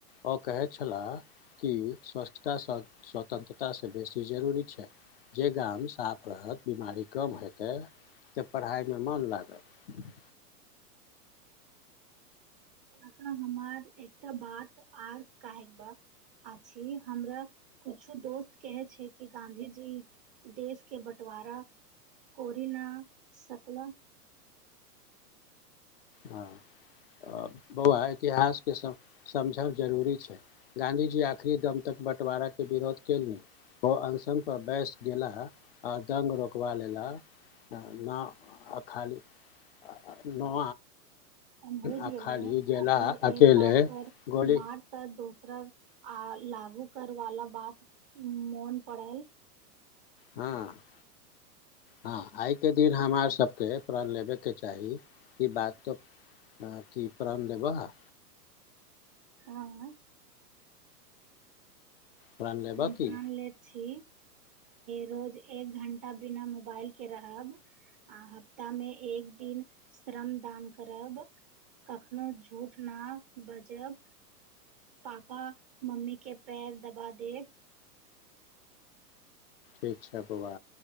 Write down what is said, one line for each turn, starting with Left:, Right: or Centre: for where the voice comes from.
Left: ओ कहे छलाह क सता स्वतंत्रता से बेसी ची जरूरी छै जे गाम साफ रहत बिमारी कम हेतै तऽ पढ़ाइमे मोन लागत
Right: काका हमर एकटा बात आर काहबा छी हमरा कुछो दोस्त कहे छै कि गाँधीजी देश के बँटवारा कोरिना सकला
Left: हँ बौआ इतिहास के समझब जरूरी छै गाँधी जी आखरी दम तक बटवारा के विरोध केलि ओ अनशन पर बैस गेला आर दंग रोकबा लेला न खाली न
Right: हम बुझ गेलहु
Left: आ खाली गेला
Right: ओकरा
Left: अकेले
Right: एक काल पर
Left: गोली
Right: मार त दोसरा आ लागू कर वाला बात मन पड़ायल
Left: हँ हँ आइके दिन हमार सबके प्रण लेबेके चाही ई बात तऽ कि प्रण देब हँ
Right: हँ
Left: प्रण लेबह
Right: हम
Left: की
Right: प्राण लेैत छी रोज एक घंटा बिना मोबाइल के रहब आ हफ्ता मे एक दिन श्रम दान करब कखनो झूठ न बजब पापा मम्मी के पैर दबा देब ह
Left: देखीकछ बाबा